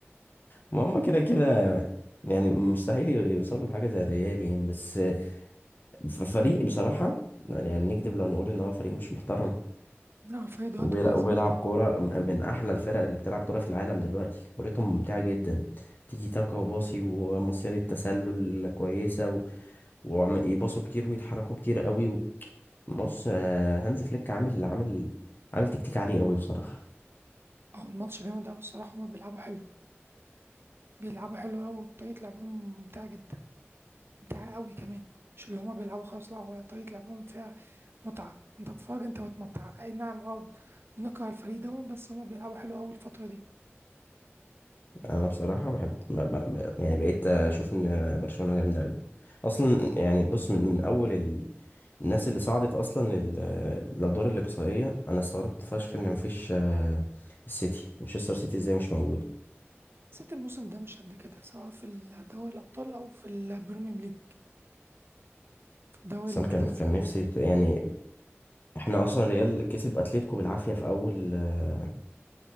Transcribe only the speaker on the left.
ما هم كده كده يعني مستحيل يوصلوا لحاجة زي الريال يعني بس ف- فريق بصراحة يعني نكذب لو نقول ان هو فريق مش محترم
وبيلع-
وبيلعب
كورة م- من احلى الفرق اللي بتلعب كورة في العالم دلوقتي كورتهم ممتعة جدا تيجي تاكا وباصي ومصيدة تسلل كويسة و- ويباصوا كتير ويتحركوا كتير قوي بص آه، هانز فليك عامل عامل عامل تكتيك عالي قوي بصراحة
انا بصراحة بحب ب- ب- ب- يعني بقيت اشوف ان برشلونة جامدة قوي اصلا يعني بص من من اول ال- الناس اللي صعدت اصلا لل- للادوار الاقصائية انا استغربت فشخ ان مفيش آه، السيتي مانشستر سيتي ازاي مش موجود
بس
انا كان كان نفسي ت- يعني احنا اصلا ريال كسب اتلتيكو بالعافية في اول آه،